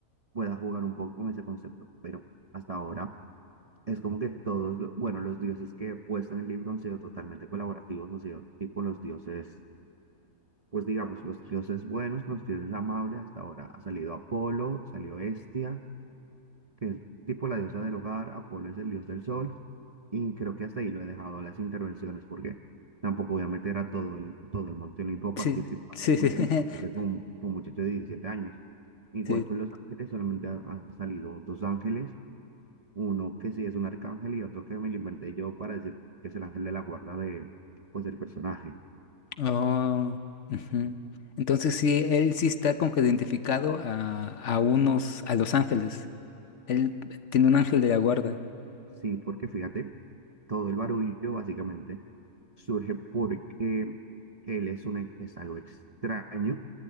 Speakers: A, on the right (about 35°); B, on the left (about 60°).
A: pueda jugar un poco con ese concepto, pero hasta ahora es como que todos, lo- bueno, los dioses que he puesto en el libro han sido totalmente colaborativos, han sido tipo los dioses, pues digamos, los dioses buenos, los dioses amables. Hasta ahora ha salido Apolo, salió Hestia, que es tipo la diosa del hogar, Apolo es el dios del sol, y creo que hasta ahí lo he dejado las intervenciones, porque tampoco voy a meter a todo el, todo el Monte Olimpo a
B: Sí,
A: participar
B: sí, sí,
A: pues,
B: <laughs>
A: en propuestas con, con muchachos de 17 años. Igual
B: sí,
A: con los ángeles, solamente ha- han, salido dos ángeles, uno que sí es un arcángel y otro que me lo inventé yo para decir que es el ángel de la guarda de, pues, del personaje.
B: Oh, ujú. Entonces sí, él sí está como que identificado a, a unos, a los ángeles. Él tiene un ángel de la guarda.
A: Sí, porque fíjate, todo el barullo básicamente surge porque él es, un, es algo extraño,